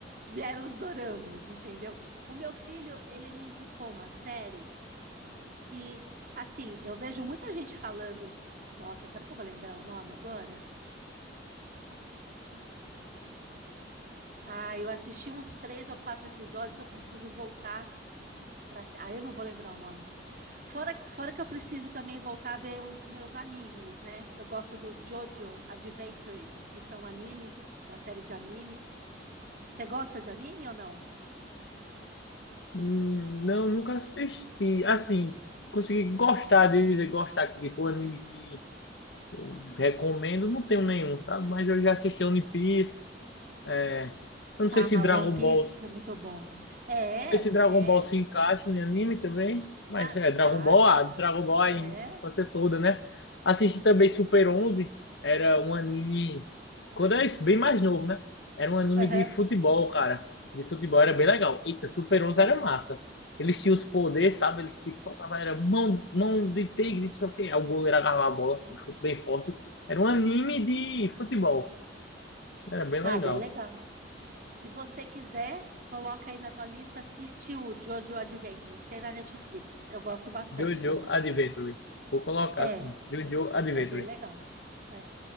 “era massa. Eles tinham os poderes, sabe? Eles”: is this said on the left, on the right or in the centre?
Left